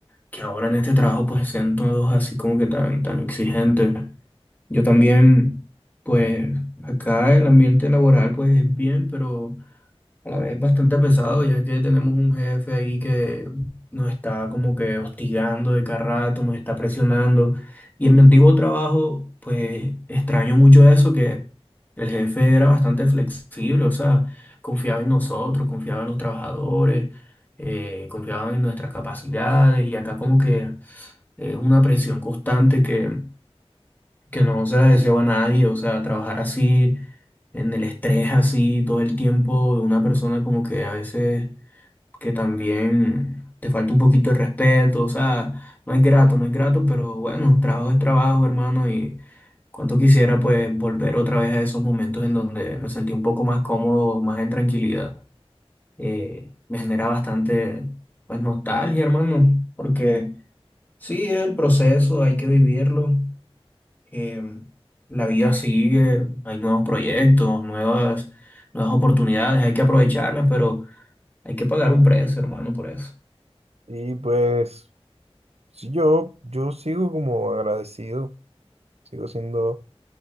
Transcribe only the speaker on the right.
Y pues sí, yo, yo sigo como agradecido, sigo siendo